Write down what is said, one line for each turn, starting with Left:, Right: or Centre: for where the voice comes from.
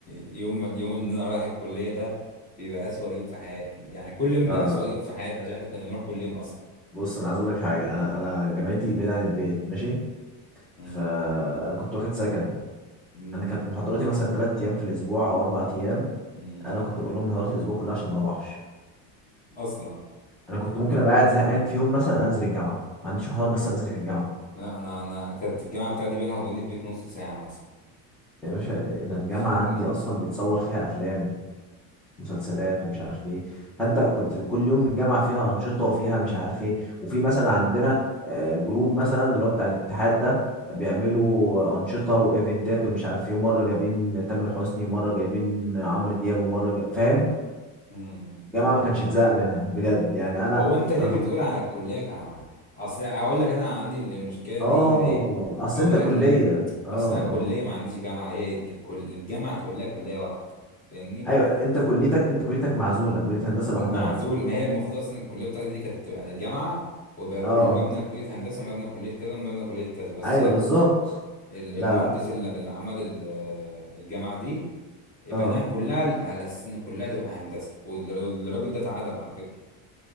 Left: يوم اليوم ان انا رايح الكليه ده بيبقى اسوأ يوم في حياتي يعني كل يوم بيبقى
Centre: لا
Left: اسوأ
Centre: لا
Left: يوم في حياتي عشان احنا كنا بنروح كل يوم اصلا
Centre: بص انا عايز اقول لك حاجه انا انا جامعتي بعيده عن البيت ماشي
Left: امم
Centre: فانا كنت واخد سكن
Left: امم
Centre: انا كانت محاضراتي مثلا ثلاث ايام في الاسبوع او اربع ايام
Left: امم
Centre: انا كنت بقول لهم محاضرات الاسبوع كلها عشان ما اروحش
Left: اصلا
Centre: انا كنت ممكن ابقى قاعد زهقان في يوم مثلا انزل الجامعه ما عنديش محاضرات بس انزل الجامعه
Left: لا انا انا كانت الجامعه بتاعتي بينها وبين البيت نص ساعه مثلا
Centre: يا باشا انا الجامعه
Left: فاهمني
Centre: عندي اصلا بيتصور فيها افلام مسلسلات ومش عارف ايه فانت كنت كل يوم الجامعه فيها انشطه وفيها مش عارف ايه وفي مثلا عندنا آه، جروب مثلا اللي هو بتاع الاتحاد ده بيعملوا انشطه وايفنتات ومش عارف ايه ومره جايبين تامر حسني ومره جايبين عمرو دياب ومره جا... فاهم
Left: امم
Centre: الجامعه ما كانش اتزهق منها بجد يعني انا
Left: هو انت ليه
Centre: انا
Left: بتقول
Centre: فضلت
Left: على الكليه جامعه اصل هقول لك انا عندي المشكله دي
Centre: اه
Left: ليه
Centre: اصل
Left: هقول
Centre: انت كليه
Left: لك ليه
Centre: اه اه
Left: اصل انا كليه ما عنديش جامعه هي الكل... الجامعه كلها كليه واحده فاهمني
Centre: ايوه انت كليتك انت كليتك معزوله كليه هندسه لوحدها
Left: معزول ما هي المفروض اصلا الكليه بتاعتي دي كانت تبقى الجامعه وبقى
Centre: اه
Left: كل مبنى كليه هندسه مبنى كليه كذا مبنى كليه كذا بس
Centre: ايوه
Left: لا
Centre: بالظبط
Left: ال- المهندس
Centre: لا لا
Left: اللي اللي عمل ال- الجامعه دي بناها
Centre: اه
Left: كلها على اساس ان كلها تبقى هندسه وال- والراجل ده اتعدم على فكره